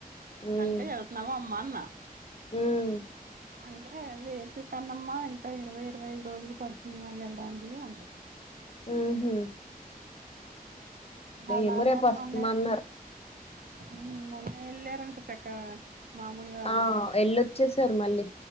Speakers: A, on the left; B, on the right.
A: ఉమ్
B: అంటే వెళ్తున్నాము అమ్మా అన్న
A: ఉమ్
B: అంటే లేదు కన్నమ్మా ఇంకా ఇరవై ఇరవై ఐదు రోజులు పడుతుంది వెళ్ళడానికి అంది
A: మ్మ్ హు
B: వెళ్లానుగాని
A: ఏమో రేపు వస్తున్నా
B: మొన్నే
A: అన్నారు
B: ఉమ్ మొన్నే వెళ్ళారంట చెక మామూలుగా
A: ఆ
B: చ్చి
A: ఎళ్ళొచ్చేసారు మళ్ళీ